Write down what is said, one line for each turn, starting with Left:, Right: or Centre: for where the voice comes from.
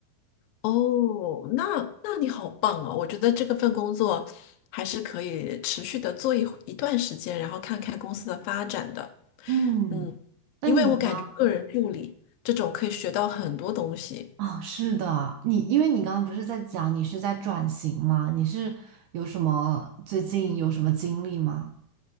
Left: 哦，那那你好棒哦！我觉得这个份工作还是可以持续的做一一段时间，然后看看公司的发展的。
Right: <laughs> 嗯，
Left: 嗯，
Right: 那你呢？
Left: 因为我感觉个人助理这种可以学到很多东西。
Right: 哦，是的，你因为你刚刚不是在讲你是在转型吗？你是有什么最近有什么经历吗？